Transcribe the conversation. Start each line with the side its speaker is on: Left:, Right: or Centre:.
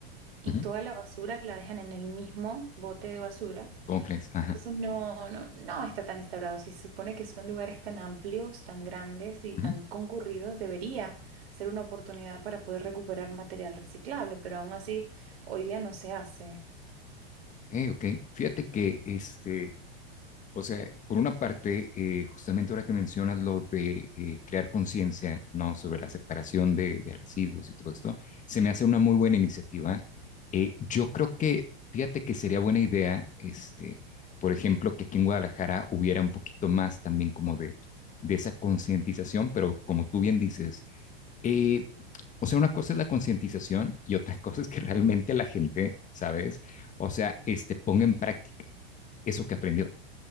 Right: y
Left: ujú,
Right: toda la basura la dejan en el mismo bote de basura
Left: ¿cómo crees?
Right: entonces
Left: Ajá.
Right: no, no, no está tan instaurado. Si se supone que son lugares tan amplios, tan grandes y
Left: Ujú.
Right: tan concurridos, debería ser una oportunidad para poder recuperar material reciclable, pero aún así hoy día no se hace.
Left: Ok, ok. Fíjate que, este, o sea, por una parte, eh, justamente ahora que mencionas lo de eh, crear conciencia, ¿no? Sobre la separación de, de residuos y todo esto, se me hace una muy buena iniciativa. Eh, yo creo que, fíjate que sería buena idea, este, por ejemplo, que aquí en Guadalajara hubiera un poquito más también como de, de esa concientización, pero como tú bien dices, Eh, o sea, una cosa es la concientización y otra <laughs> cosa es que realmente la gente, ¿sabes? O sea, este, ponga en práctica eso que aprendió,